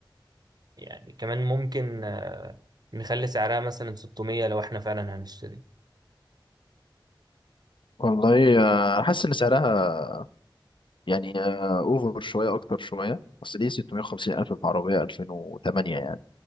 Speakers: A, on the right (about 50°); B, on the left (about 70°).
A: يعني كمان ممكن آه، نخلي سعرها مثلا 600 لو احنا فعلا هنشتري
B: والله آه، حاسس ان سعرها يعني آه، اوفر شويه اكتر شويه بس ليه 650 الف في عربيه 2008 يعني